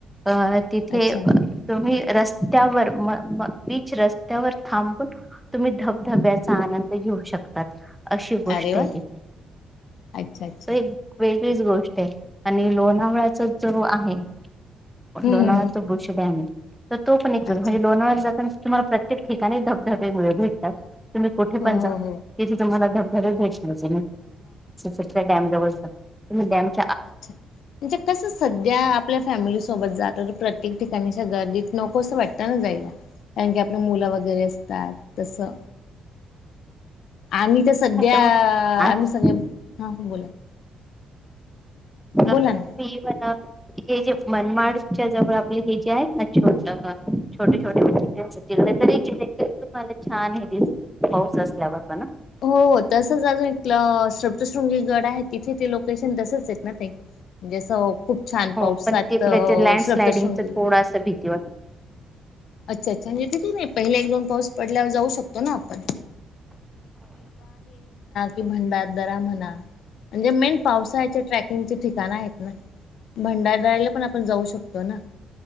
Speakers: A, in the centre; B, on the left.
A: अ तिथे
B: अच्छा
A: तुम्ही- रस्त्यावर म-म बीच रस्त्यावर थांबून तुम्ही धबधब्याचा आनंद घ <inaudible> शकतात अशी गोष्ट
B: अरे वा
A: आहे तथे
B: अच्छा अच्छा
A: एक वे <inaudible> हिच गोष्ट आहे आणि लोणावळ्याचच जर आहे
B: हम्म
A: <inaudible> लोणाळ्या तो बुशम्ही डॅम तर तो पण एक म्हणजे
B: अच्छा
A: लोणावळ्या जात <inaudible> तुम्हाला प्रत्येक ठिकाणी धबधबेमुळे भेटतात तुम्ही कुठे
B: हो
A: पण
B: हो
A: जा
B: हो
A: <inaudible> तुम्हाला धबधबे
B: हो हो
A: भेटतात तव त <unintelligible>
B: अच्छा म्हणजे कस सध्या आपल्या फॅमिली सोबत जात- प्रत्येक ठिकाणी गर्दीत नकोसं वाटतं ना जायला <inaudible> कारण की आपल्या मुलं वगैरे असतात तसं- आम्ही तर सध्या
A: मग आज
B: आम्ही सगळे हा बोला-
A: अ
B: बोला
A: तुम्ही
B: ना
A: म्हणा <inaudible> हे जे मनमाडच्या जवळ आपले हे जे आहेत ना छोट, - छोटे -छोटे <unintelligible> तरी गे तुम्हाला छान हे दिस पाऊस असल्यावर पण ना <inaudible>
B: हो हो तसच अजून एक शप्तशृंगी गड आहे तिथे ते लोकेशन तसच आहेत ना ते <inaudible> म्हणजे असं खूप छान
A: हो
B: पावसात
A: पण तिकडे
B: अ
A: ते लँडस्लायडिंगच
B: -शृप्तशृंगीला
A: थोडासा
B: <inaudible>
A: भीती वाटते
B: अच्छा अच्छा म्हणजे तिथे नाही पहिले एक दोन पाऊस पडल्यावर जाऊ शकतो ना आपण <inaudible> भंड दरा म्हणा म्हणजे मेन पावसाच्या ट्रॅकिंगचे ठिकाण आहेत ना <inaudible> भंडारराला पण आपण जाऊ शकतो ना <inaudible>